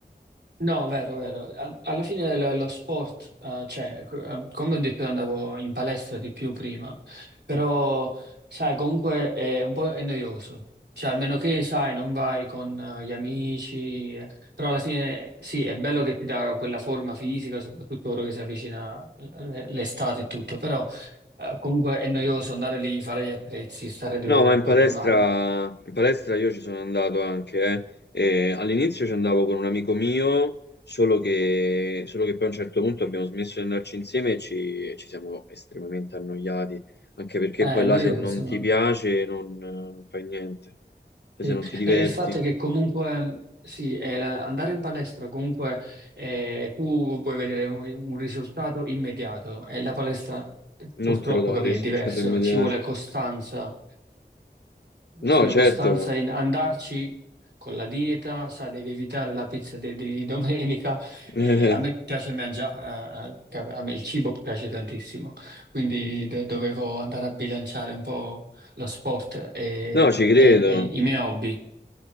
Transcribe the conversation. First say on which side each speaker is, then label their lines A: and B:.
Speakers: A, on the right; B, on the left.
A: No, vero, vero. A- Alla fine lo lo sport, eh, cioè, ecco, eh, come ho detto, io andavo in palestra di più prima, però, sai, comunque è un po' è noioso. Cioè, almeno che, sai, non vai con eh, gli amici, eh, però alla fine sì, è bello che ti dà quella forma fisica, soprattutto ora che si avvicina l- l'estate e tutto, però eh, comunque è noioso andare lì, fare gli attrezzi, stare due
B: No,
A: ore
B: ma
A: e
B: in
A: poi
B: palestra,
A: tornare.
B: in palestra io ci sono andato anche, eh. E all'inizio ci andavo con un amico mio, solo che, solo che poi a un certo punto abbiamo smesso di andarci insieme e ci, ci siamo estremamente annoiati, anche perché
A: Eh,
B: poi
A: È
B: là
A: noioso,
B: se non
A: no?
B: ti piace non, non fai niente, cioè
A: Sì,
B: se non ti diverti
A: e il fatto è che comunque sì, eh, andare in palestra, comunque eh, tu vuoi vedere un, un risultato immediato e la palestra purtroppo,
B: non te lo dà
A: capì,
B: il risultato
A: è diverso,
B: immediato.
A: ci vuole costanza,
B: No,
A: ci vuole
B: certo,
A: costanza in andarci con la dieta, sai, devi evitare la pizza de- di domenica, <laughs>
B: <laughs>
A: eh, a me
B: Eh,
A: piace mangiare, eh, eh, a me il cibo piace tantissimo, quindi do- dovevo andare a bilanciare un po' lo sport e
B: no, ci
A: e-
B: credo.
A: e i miei hobby.